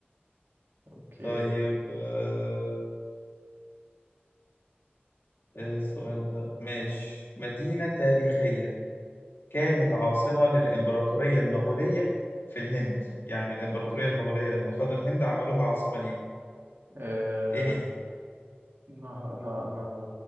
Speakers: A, on the right; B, on the left.
A: اوكي
B: طيب آه، آه، السؤال ده ماشي مدينة تاريخية كانت عاصمة للإمبراطورية المغولية في الهند يعني الإمبراطورية المغولية لما خدوا الهند عملوها عاصمة ليهم
A: آه...
B: إيه هي؟
A: نهر... نه- نهر